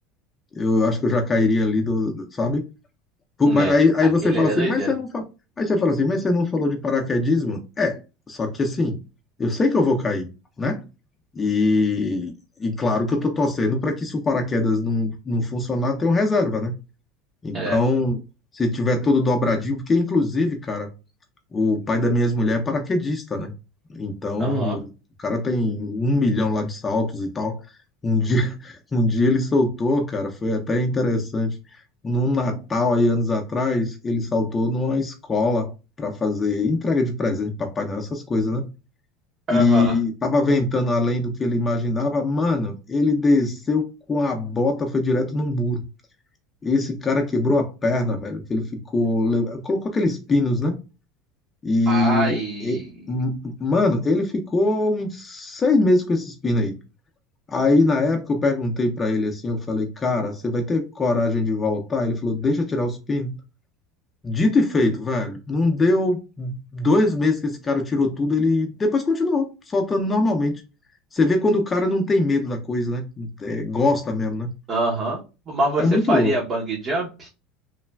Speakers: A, on the left; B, on the right.
A: eu acho que eu já cairia ali do, do- sabe? Pô,
B: É,
A: mas Aí, aí
B: aquele
A: você fala
B: ali
A: assim,
B: é doideira.
A: mas você não fa... Aí você fala assim, mas você não falou de paraquedismo? É, só que assim, eu sei que eu vou cair, né? E, e claro que eu tô torcendo para que se o paraquedas não, não funcionar, tenha um reserva, né? Então,
B: É,
A: se tiver todo dobradinho, porque inclusive, cara, o pai da minha ex-mulher é paraquedista, né? Então,
B: aham.
A: o cara tem um milhão lá de saltos e tal. Um dia, <laughs> um dia ele soltou, cara, foi até interessante. Num Natal aí anos atrás, ele saltou numa escola para fazer entrega de presente, Papai Noel, essas coisas, né? E
B: Aham.
A: tava ventando além do que ele imaginava. Mano, ele desceu com a bota, foi direto no muro. Esse cara quebrou a perna, velho, que ele ficou. le- Colocou aqueles pinos, né? E.
B: Ai.
A: e- m- mano, ele ficou uns seis meses com esses pinos aí. Aí, na época, eu perguntei pra ele assim: eu falei, cara, você vai ter coragem de voltar? Ele falou, deixa eu tirar os pinos. Dito e feito, velho. Não deu dois meses que esse cara tirou tudo, ele depois continuou soltando normalmente. Você vê quando o cara não tem medo da coisa, né? É, gosta mesmo, né?
B: Aham. Mas você
A: É muito
B: faria
A: louco.
B: bang jump?